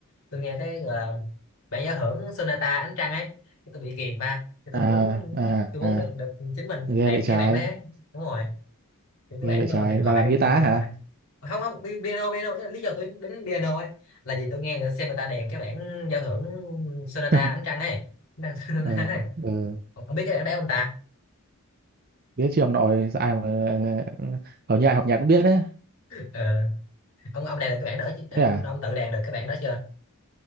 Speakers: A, on the left; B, on the right.
A: tôi nghe cái gọi là bản giao hưởng Sonata Ánh Trăng ấy cái tôi bị ghiền ba cái tôi muốn
B: à à
A: tôi
B: à
A: muốn được được chính mình
B: ghê
A: đàn
B: vậy trái
A: cái bản đấy ấy. đúng rồi những cái
B: ghê
A: bản
B: vậy
A: ờ,
B: trái
A: huyền
B: là
A: thoại
B: đàn guitar
A: huyền
B: hả
A: thoại không không pi- piano piano ý là lý do tôi đến piano ấy là vì tôi nghe người xem người ta đàn cái bản giao hưởng Sonata
B: <laughs>
A: Ánh Trăng ấy đang <laughs> Sonata
B: ờ
A: ấy.
B: ờ
A: Ông ông biết cái bản đấy không ta
B: biết chứ ông nội ai mà ờ, hầu như ai học nhạc cũng biết đấy
A: ờ, ông ông đàn được cái bản đó chứ ông
B: thế à
A: ông tự đàn được cái bản đó chưa